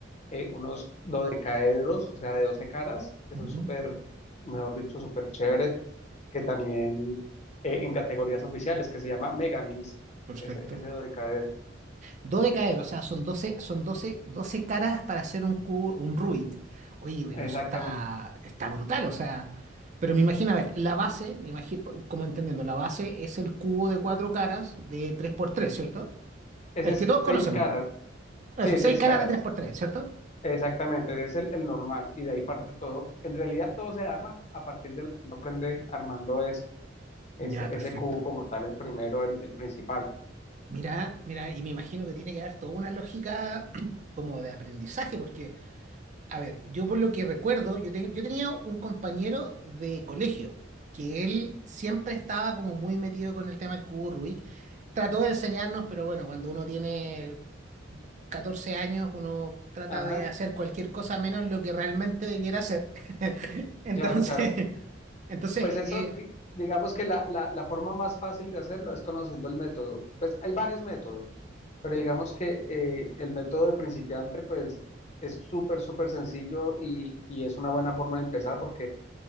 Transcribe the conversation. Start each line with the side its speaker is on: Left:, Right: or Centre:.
Left: eh, unos dodecaedros, o sea, de 12 caras, que son
Right: Ujú.
Left: súper, mejor dicho, súper chéveres, que también eh, en categorías oficiales, que se llama Megamix,
Right: Perfecto.
Left: ese, ese dodecaedro.
Right: Dodecaedro, o sea, son 12, son doce, 12 caras para hacer un cubo, un Rubik. Oye, pero
Left: Exactamente.
Right: eso está, está brutal, o sea. Pero me imagino, a ver, la base, me imagino, como entendiendo, la base es el cubo de cuatro caras de tres por tres, cierto
Left: Ese
Right: El
Left: es
Right: que todos conocemos.
Left: seis caras.
Right: Eso,
Left: Sí,
Right: seis
Left: seis
Right: caras
Left: caras.
Right: de tres por tres, cierto
Left: Exactamente. Ese es el, el normal. Y de ahí parte todo. En realidad todo se arma a partir de lo que uno aprende armando ese, ese,
Right: Ya, perfecto.
Left: ese cubo como tal, el primero, el, el principal.
Right: Mira, mira, y me imagino que tiene que haber toda una lógica <clears throat> como de aprendizaje, porque A ver, yo por lo que recuerdo, yo, te- yo tenía un compañero de colegio que él siempre estaba como muy metido con el tema del cubo Rubik. Trató de enseñarnos, pero bueno, cuando uno tiene 14 años, uno trata
Left: Ajá,
Right: de hacer cualquier cosa menos lo que realmente debiera hacer. <laughs> Entonces,
Left: claro, claro.
Right: entonces,
Left: Pues eso,
Right: eh,
Left: di- digamos que la, la, la forma más fácil de hacerlo es conociendo el método. Pues hay varios métodos, pero digamos que eh, el método de principiante, pues es súper, súper sencillo y, y es una buena forma de empezar porque